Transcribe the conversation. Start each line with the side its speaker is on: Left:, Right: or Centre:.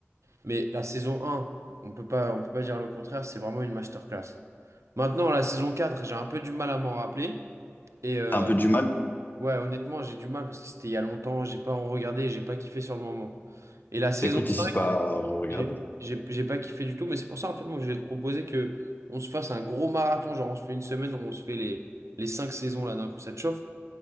Right: Mais la saison un on peut pas, on peut pas dire le contraire, c'est vraiment une masterclass. Maintenant, la saison 4 j'ai un peu du mal à m'en rappeler. Et euh,
Left: T'as un peu du mal?
Right: ouais, honnêtement, j'ai du mal parce que c'était il y a longtemps, j'ai pas regardé, j'ai pas kiffé sur le moment. Et la saison
Left: Écoute,
Right: 5
Left: n'hésite pas à regarder.
Right: j'ai j'ai- j'ai pas kiffé du tout, mais c'est pour ça en fait moi je vais te proposer que on se fasse un gros marathon, genre on se fait une semaine où on se fait les, les cinq saisons là d'un coup, ça te chauffe?